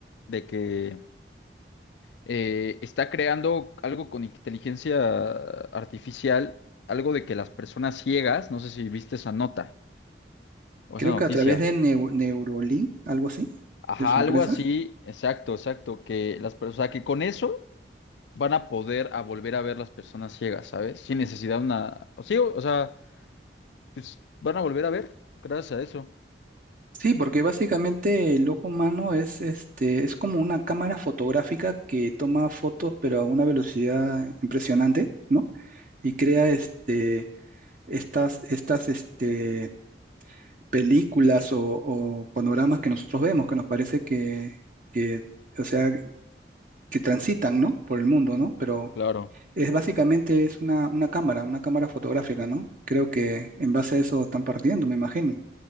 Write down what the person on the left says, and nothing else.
de que eh, está creando algo con inteligencia artificial, algo de que las personas ciegas, no sé si viste esa nota o
esa noticia.
Ajá,
algo
así, exacto, exacto, que las personas, o sea, que con eso van a poder a volver a ver las personas ciegas, ¿sabes? Sin necesidad de una, o sí, o o sea, pues van a volver a ver gracias a eso.
Claro.